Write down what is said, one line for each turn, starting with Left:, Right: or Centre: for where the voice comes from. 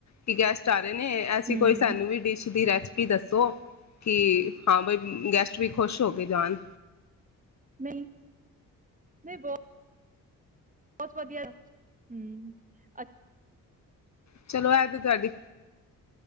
Left: ਕਿ ਗੈਸਟ ਟਾਰੇ ਨੇ ਐਸੀ
Right: ਹਮ
Left: ਕੋਈ ਸਾਨੂੰ ਵੀ ਡਿਸ਼ ਦੀ ਰੈਸਪ ਪੀ ਦੱਸੋ। ਕੀ, ਹਾਂ ਬਈ ਗੈਸਟ ਵੀ ਖੁਸ਼ ਹੋ ਕੇ ਜਾਨ।
Right: ਨਹੀਂ ਨਹੀਂ ਬੋ ਬਸ ਵਧੀਐ। ਹੁੰ, ਅਛ
Left: ਚਲੋ, ਐ ਤੇ ਤੁਹਾਡੀ